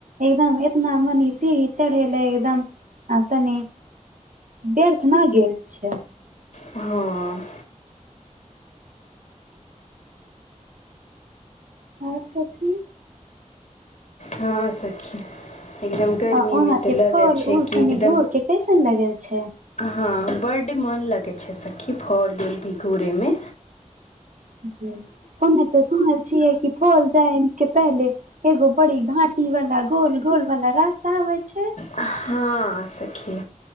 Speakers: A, on the right (about 85°); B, on the left (about 60°).
A: एकदम एतना मने सीढ़ी चढ़ेले एकदम आ तनि व्यर्थ ना गेल छै
B: हँ
A: आओर सखी
B: हँ सखी एकदम गर्मीमे
A: आ वहां के
B: तऽ लगै
A: फल
B: छै
A: उल
B: कि
A: तनी
B: एकदम
A: घोर के कैसन लगल छै
B: हँ बड्ड मन लगै छै सखी फल उल भी घुरयमे
A: जी हम्मे तऽ सुनै छियै की खोल जाय के पहले एगो बड़ी घाटी वाला गोल गोल वाला रास्ता आबे छै
B: हँ सखी